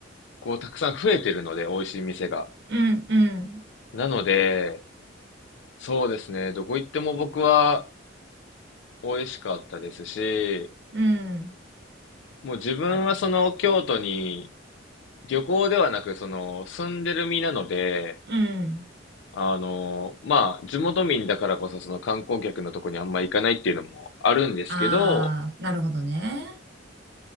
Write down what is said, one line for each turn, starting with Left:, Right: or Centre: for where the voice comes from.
Left: こう、たくさん増えてるので、美味しい店が。
Right: うん。うん。
Left: なので、そうですね。どこ行っても僕は美味しかったですし、
Right: うん。
Left: もう自分はその京都に
Right: あ、
Left: 旅行ではなくその住んでる身なので、
Right: うん。
Left: あの、まあ地元民だからこそその観光客のとこにあんま行かないっていうのもあるんですけど、
Right: あー、なるほどね。